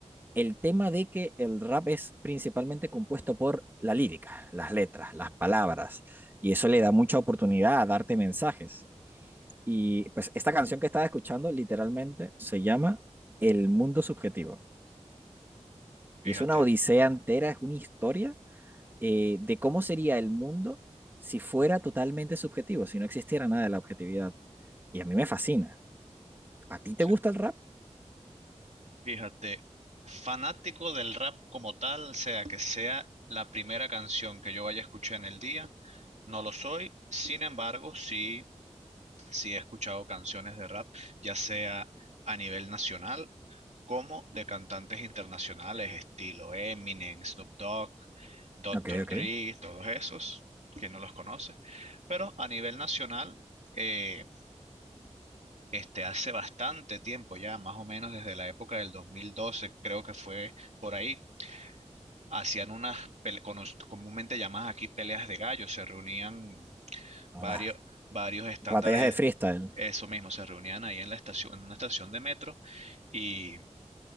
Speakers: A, on the right; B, on the right.
A: el tema de que el rap es principalmente compuesto por la lírica, las letras, las palabras, y eso le da mucha oportunidad a darte mensajes. Y pues esta canción que estaba escuchando literalmente se llama El mundo subjetivo.
B: Fíjate,
A: Y es una odisea entera, es una historia eh, de cómo sería el mundo si fuera totalmente subjetivo, si no existiera nada de la objetividad. Y a mí me fascina. ¿A ti te
B: sí,
A: gusta el rap?
B: fíjate, fanático del rap como tal, sea que sea la primera canción que yo vaya a escuchar en el día, no lo soy, sin embargo, sí, sí he escuchado canciones de rap, ya sea a nivel nacional como de cantantes internacionales, estilo Eminem, Snoop Dogg, Doctor
A: Ok, ok.
B: Dre, todos esos, que no los conoce, pero a nivel nacional, eh, Este, hace bastante tiempo ya, más o menos desde la época del 2012 creo que fue por ahí, hacían unas, pele- cono- comúnmente llamadas aquí peleas de gallos, se reunían
A: O
B: varios,
A: las,
B: varios estándares,
A: las batallas de freestyle.
B: eso mismo, se reunían ahí en la estación, en una estación de metro y